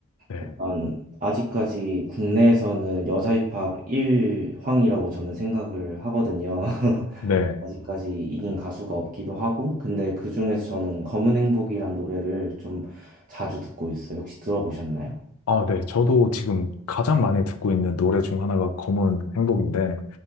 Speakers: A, on the left (about 75°); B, on the right (about 35°).
A: 네.
B: 일단 아직까지 국내에서는 여자 힙합 일황이라고 저는 생각을 하거든요. <laughs>
A: 네.
B: 아직까지 이긴 가수가 없기도 하고, 근데 그중에서 저는 검은 행복이란 노래를 좀 자주 듣고 있어요. 혹시 들어보셨나요?
A: 아, 네. 저도 지금 가장 많이 듣고 있는 노래 중 하나가 검은 행복인데,